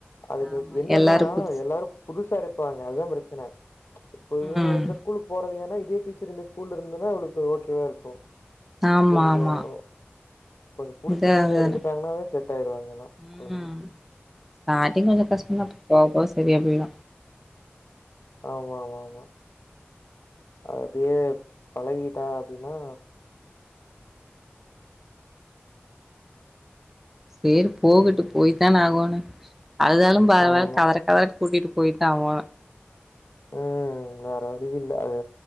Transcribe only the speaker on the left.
அதுக்கு
என்னன்னா
எல்லாரும் புதுசா இருப்பாங்க அதுதான் பிரச்சனை இப்ப இவுங்க
இந்த ஸ்கூலுக்கு போறது ஏன்னா இதே டீச்சர் இந்த ஸ்கூல்ல இருந்துனா அவுளுக்கு ஓகே வா இருக்கும்
கொஞ்சம்
கொஞ்சம் புடிச்சவங்க
இருந்துட்டாங்கன்னாவே செட் ஆயிருவாங்க எல்லாம்
கெழந்தங்க
ஆமா ஆமா ஆமா அப்டியே பழகிட்டா அப்டின்னா
ம்
ஆமா
ம் வேற வலி இல்ல அது